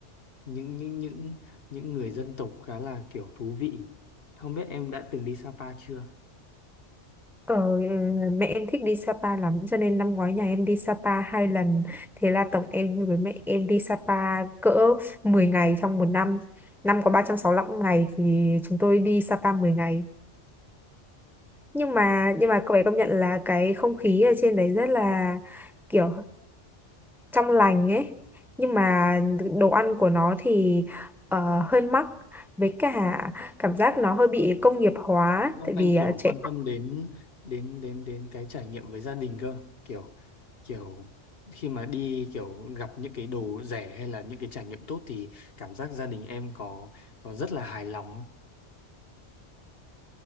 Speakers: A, on the left; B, in the centre.
A: những những những những người dân tộc khá là kiểu thú vị không biết em đã từng đi Sapa chưa
B: Ờ, mẹ em thích đi Sapa lắm cho nên năm ngoái nhà em đi Sapa hai lần thế là tổng em với mẹ em đi Sapa cỡ 10 ngày trong một năm năm có 365 ngày thì chúng tôi đi Sapa mười ngày nhưng mà nhưng mà cậu ấy công nhận là cái không khí ở trên đấy rất là kiểu trong lành ấy nhưng mà đồ ăn của nó thì ờ, hơi mắc với cả cảm giác nó hơi bị công nghiệp hóa
A: không
B: tại
A: anh
B: vì
A: kiểu
B: ờ, trẻ
A: quan
B: con
A: tâm đến đến đến đến cái trải nghiệm với gia đình cơ kiểu kiểu khi mà đi kiểu gặp những cái đồ rẻ hay là những cái trải nghiệm tốt thì cảm giác gia đình em có có rất là hài lòng